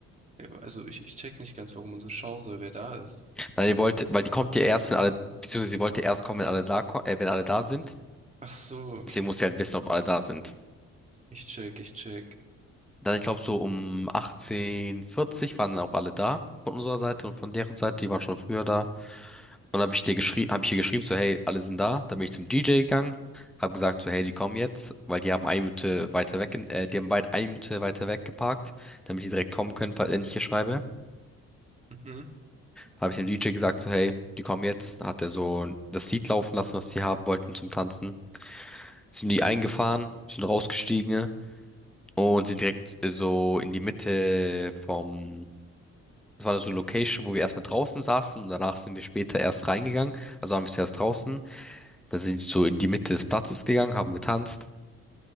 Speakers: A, on the right; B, in the centre.
A: ja, also ich, ich check nicht ganz, warum man so schauen soll, wer da ist.
B: Weil die wollte, weil die kommt ja erst, wenn alle, beziehungsweise sie wollte erst kommen, wenn alle da, ko- äh, wenn alle da sind.
A: Ach so, okay.
B: Deswegen muss sie halt wissen, ob alle da sind.
A: Ich check, ich check.
B: Dann, ich glaube, so um achtzehn Uhr vierzig waren dann auch alle da von unserer Seite und von deren Seite, die waren schon früher da. Und habe ich dir geschrieben, habe ich ihr geschrieben, so, hey, alle sind da. Dann bin ich zum DJ gegangen, habe gesagt, so, hey, die kommen jetzt, weil die haben eine Minute weiter weg, in- äh, die haben weit eine Minute weiter weg geparkt, damit die direkt kommen können, falls wenn ich hier schreibe.
A: Mhm.
B: Da habe ich dem DJ gesagt, so, hey, die kommen jetzt. Da hat er so das Lied laufen lassen, was die haben wollten zum Tanzen. sind die eingefahren, sind rausgestiegen ne? und sind direkt äh, so in die Mitte vom, das war so eine Location, wo wir erstmal draußen saßen und danach sind wir später erst reingegangen. Also waren wir zuerst draußen, dann sind sie so in die Mitte des Platzes gegangen, haben getanzt.